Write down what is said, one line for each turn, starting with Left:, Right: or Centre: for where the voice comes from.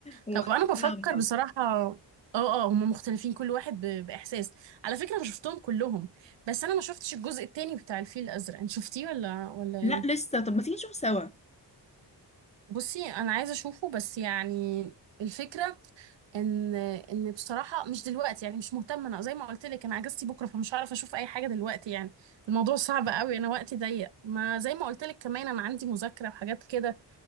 Left: ومختلفين
Right: طب انا بفكر
Left: عن بعض
Right: بصراحه اه اه هما مختلفين كل واحد ب... باحساس على فكره انا شفتهم كلهم بس انا ما شفتش الجزء التاني بتاع الفيل الازرق انت شفتيه ولا ولا ايه
Left: لا لسه طب ما تيجي نشوف سوا
Right: بصي انا عايزه اشوفه بس يعني الفكره ان ان بصراحه مش دلوقتي يعني مش مهتمه انا زي ما قلت لك انا اجازتي بكره فمش هعرف اشوف اي حاجه دلوقتي يعني الموضوع صعب قوي انا وقتي ضيق ما زي ما قلت لك كمان انا عندي مذاكره وحاجات كده